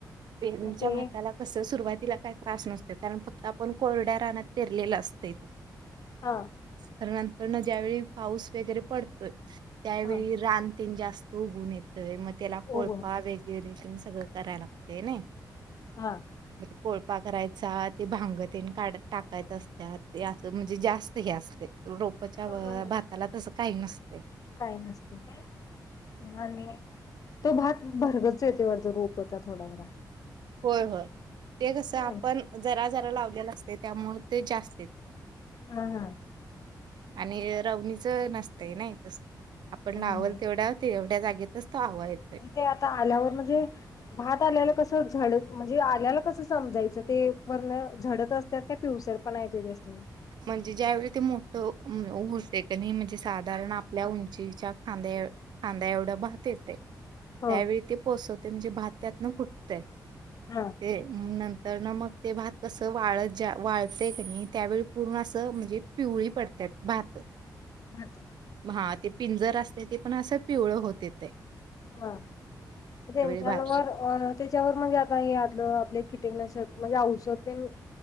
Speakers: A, on the right; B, on the left.
A: पेरणीच्या
B: मग ते
A: भाताला कसं सुरुवातीला काय त्रास नसतोय, कारण फक्त आपण कोरड्या रानात पेरलेलं असतय ते.
B: हा
A: खर नंतर ना ज्यावेळी पाऊस वगैरे पडतोय, त्यावेळी
B: हा
A: रान तेन जास्त उगवून येत तोय मग त्याला
B: उगवून
A: कोळपा वगैरे तेन सगळं कराय लागतय नय.
B: हां
A: म्हणजे कोळपा करायचा ते भांग तेन काढत टाकायच असत्यात, ते असं म्हणजे जास्त हे अस रोपच्या
B: मग
A: व भाताला तस काही नसतय.
B: काही नसतय काय, आणि तो भात भरगच्च येतोय वाटत रोपचा थोडा जरा.
A: होय होय, ते कसं
B: हम्म
A: आपण जरा जरा लावलेलं असतय त्यामुळे ते जास्त येतय.
B: हा हा
A: आणि रवनीच नसतंय नाय तस, आपण
B: हा
A: लावल
B: हा
A: तेवढा तेवढ्या जागेतच तो हवा येत
B: ते आता आल्यावर म्हणजे भात आल्याला कस ते झाड, म्हणजे आल्याला कसं समजायचं ते? वरन झडत असत्यात काय, पिवसर पणा येतंय त्यास्नी.
A: म्हणजे ज्यावेळी ते मोठ हुतंय कनी म्हणजे साधारण आपल्या उंचीच्या खांद्या एव खांद्या एवढा भात येतय,
B: हा
A: त्यावेळी ते पोसवते म्हणजे भात त्यातन फुटतय.
B: हा
A: ते नंतर न मग ते भात कस वाळत ज्या वाळतय क नयी त्यावेळी पूर्ण असं म्हणजे पिवळी पडत्यात भातं.
B: भात
A: मग हां ते पिंजर असतंय ते पण असं पिवळ होते येतंय.
B: हां म्हणजे <unintelligible>
A: भात
B: वर अ त्याच्यावर म्हणजे आता हे आदलं आपले किटकनाशक म्हणजे औषध तेन